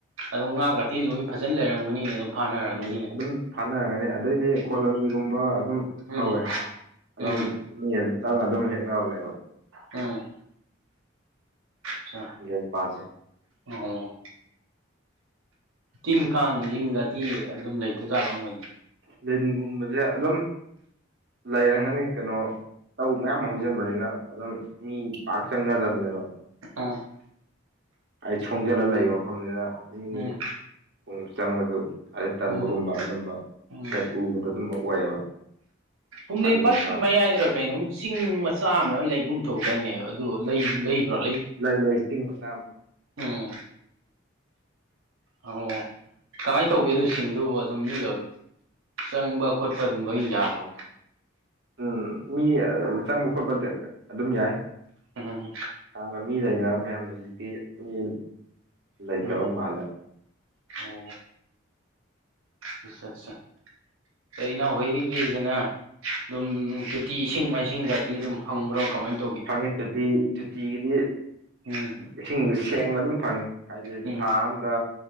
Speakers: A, on the right; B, on the right.
A: ꯑꯗꯨꯝ ꯉꯥꯒꯗꯤ ꯂꯣꯏꯟ ꯐꯖꯟ ꯂꯩꯔꯝꯒꯅꯤꯅꯦ ꯑꯗꯨꯝ ꯐꯥꯅꯔꯝꯒꯅꯤꯅꯦ
B: ꯎꯝ ꯑꯗꯨꯝ ꯊꯥꯅꯔꯝꯒꯅꯤ ꯑꯗꯩꯗꯤ ꯀꯣꯂꯣꯅꯤꯒꯨꯝꯕ
A: ꯎꯝ
B: ꯑꯗꯨꯝ
A: ꯎꯝ
B: ꯍꯧꯋꯦ ꯑꯗꯨꯝ
A: ꯎꯝ
B: ꯃꯤ ꯑꯗꯨ ꯆꯪꯉ ꯑꯗꯨꯝ ꯍꯦꯛꯅꯕꯅꯦꯕ
A: ꯎꯝ ꯑ
B: ꯂꯦꯝ ꯄꯥꯁꯦ
A: ꯑꯣ ꯇꯤꯟ ꯀꯥꯡ ꯇꯤꯟ ꯥꯇꯤ ꯑꯗꯨꯝ ꯂꯩꯇꯖꯥꯠꯂꯝ ꯃꯣꯏꯗꯤ
B: ꯂꯤꯟꯒꯨꯝꯕꯁꯦ ꯑꯗꯨꯝ ꯂꯩꯔꯝꯒꯅꯤ ꯀꯩꯅꯣ ꯇꯧ ꯃꯌꯥꯝ ꯍꯧꯖꯤꯟꯕꯅꯤꯅ ꯑꯗꯨꯝ ꯃꯤ ꯄꯥꯛ ꯆꯪꯒꯗꯝꯕꯅꯦꯕ
A: ꯑ
B: ꯑꯩ ꯁꯣꯡꯖꯤꯜꯂꯒ ꯂꯩꯕ ꯃꯐꯝꯅꯤꯅ ꯃꯤ
A: ꯎꯝ
B: ꯄ ꯆꯪꯕꯗꯨ ꯍꯥꯏꯩ ꯇꯟꯕꯒꯨꯝꯕ
A: ꯎꯝ
B: ꯑꯗꯨꯝꯕ
A: ꯎꯝ
B: ꯍꯦꯠ ꯎꯕꯗ ꯑꯗꯨꯃꯛ ꯑꯣꯏꯌꯦꯕ
A: ꯀꯨꯝꯂꯦꯟ
B: ꯑꯗꯨꯗꯨꯅ
A: ꯄꯥꯏꯠꯀꯤ ꯃꯌꯥꯏꯗ ꯀꯩꯅꯣꯝ ꯆꯤꯡ ꯃꯆꯥ ꯑꯃꯔ ꯂꯩꯒꯨꯝ ꯊꯧꯗꯥꯏꯅꯦ ꯑꯗꯨ ꯂꯩꯕ꯭ꯔꯥ
B: ꯂꯩ ꯂꯩ ꯆꯤꯡ ꯃ ꯆꯥ ꯂꯩ
A: ꯑꯣ ꯑꯣ ꯀꯃꯥꯏꯅ ꯇꯧꯒꯦ ꯑꯗꯨ ꯆꯤꯡꯗꯨꯕꯨ ꯑꯗꯨꯝ ꯃꯤꯒ ꯆꯪꯕ ꯈꯣꯠꯄ ꯑꯗꯨꯝ ꯂꯣꯏꯅ ꯌꯥꯕ꯭ꯔꯣ
B: ꯎꯝ ꯃꯤ ꯆꯪꯕ ꯈꯣꯠꯄꯗꯤ ꯑꯗꯨꯝ ꯌꯥꯏ
A: ꯑꯣꯝ
B: ꯍꯥꯟꯅ ꯃꯤ ꯂꯩꯅꯔ ꯃꯌꯥꯝꯅ ꯍꯧꯖꯤꯛꯇꯤ ꯃꯤ ꯂꯩꯇꯕ
A: ꯎꯝ
B: ꯃꯥꯜꯂꯦ
A: ꯑꯣ ꯑꯆꯥ ꯑꯆꯥ ꯀ ꯏꯅꯥꯎ ꯍꯣꯏꯒꯤꯁꯤꯅ ꯑꯗꯨꯝ ꯇꯣꯇꯤ ꯏꯁꯤꯡ ꯃꯥꯏꯁꯤꯡꯒꯇꯤ ꯑꯗꯨꯝ ꯐꯪꯕ꯭ꯔꯣ ꯀꯃꯥꯏ ꯇ
B: ꯐꯪꯉꯤ ꯇꯣꯇꯤ ꯇꯨꯇꯤꯒꯤꯗꯤ
A: ꯎꯝ
B: ꯏꯁꯤꯡꯁ ꯁꯦꯡꯅ ꯑꯗꯨꯝ ꯐꯪꯉꯤ ꯍꯥꯏꯗꯤ
A: ꯎꯝ
B: ꯊꯥ ꯑꯝꯗ